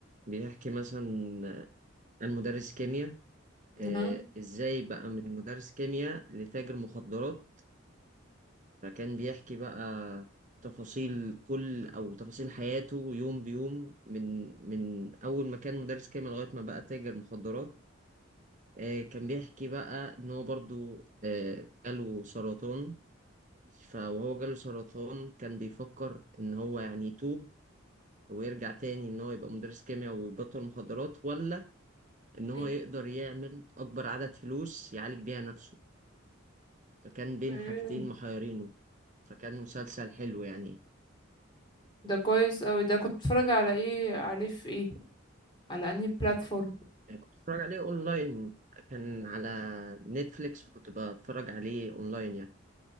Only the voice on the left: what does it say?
ها
إيه؟
اوكي
ده كويس قوي ده كنت بتتفرج على ايه عليه في ايه على انهي بلاتفورم